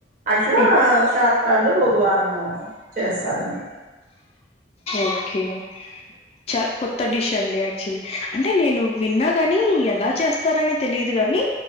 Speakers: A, on the right; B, on the left.
A: అట్లా
B: హ్మ్.
A: సా తల్లు ఒక వారము చేస్తారనమాట
B: ఓకే చ కొత్త డిష్ అండి ఐ అంటే నేను విన్నా గాని ఎలా చేస్తారని తెలియదు గాని